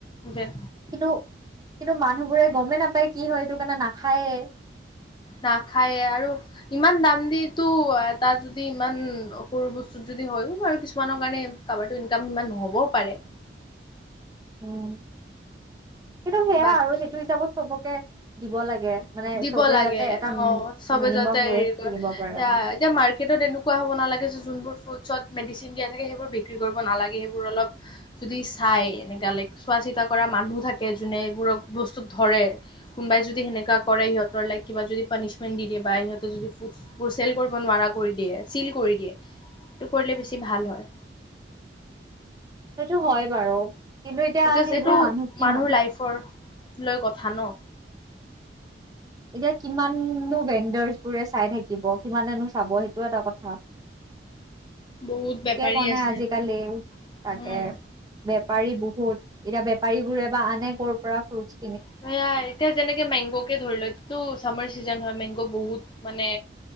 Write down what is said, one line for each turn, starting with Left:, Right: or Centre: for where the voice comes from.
Left: যেন
Right: কিন্তু কিন্তু মানুহবোৰে গমেই নাপায়, কি হয় এইটো কাৰণে নাখায়েই।
Left: নাখায়ে, আৰু ইমান দাম দি তো এটা যদি ইমান সৰু বস্তুত যদি হয়ও আৰু কিছুমানৰ কাৰণে কাবাৰ তো ইনকাম সিমান নহ'বও পাৰে।
Right: উম, কিন্তু সেয়া
Left: বাকী
Right: আৰু সেইটো হিচাপত চবকে দিব লাগে। মানে
Left: দিব
Right: চবে
Left: লাগে
Right: যাতে এটা
Left: অ চবে
Right: মিনিমাম
Left: যাতে,
Right: ৱেইট
Left: হেৰি কৰে
Right: কিনিব পাৰা
Left: এতিয়া মাৰ্কেটত এনেকুৱা হ'ব নালাগে, যে যোনবোৰ ফ্ৰুট চত মেডিচিন দিয়া থাকে, সেইবোৰ বিক্ৰী কৰিব নালাগে, সেইবোৰ অলপ যি চাই এনেকুৱা লাইক চোৱা চিতা কৰা মানুহ থাকে, যোনে এইবোৰক বস্তুক ধৰে কোনোবাই যদি সেনেকুৱা কৰে সিহঁতৰ লাইক কিবা যদি পানিচমেন্ট দি দিয়ে বা সিহঁতে যদি ফ্ৰুট বোৰ চেল কৰিব নোৱাৰা কৰি দিয়ে, চিল কৰি দিয়ে, হেতু কৰিলে বেছি ভাল হয়।
Right: সেইটো হয় বাৰু কিন্তু এতিয়া
Left: বিকছ,
Right: সেইবোৰ
Left: এইটো
Right: মানুহ কিমা
Left: মানুহৰ লাইফৰ লৈ কথা ন
Right: এতিয়া, কিমাননো ভেণ্ডাৰছ বোৰে চাই থাকিব। কিমানেনো চাব সেইটো এটা কথা,
Left: বহুত
Right: চুকে-
Left: বেপাৰী
Right: কুণে
Left: আছে
Right: আজিকালি
Left: ইয়াতে
Right: তাকে
Left: উম
Right: বেপাৰী বহুত, এতিয়া, বেপাৰী বোৰে বা আনে কৰ' পৰা? ফ্ৰুটছ
Left: সেয়াই, এতিয়া যেনেকে মেংগ কে ধৰি লৈ ত চামাৰ চিজন হয়, মেংগ' বহুত মানে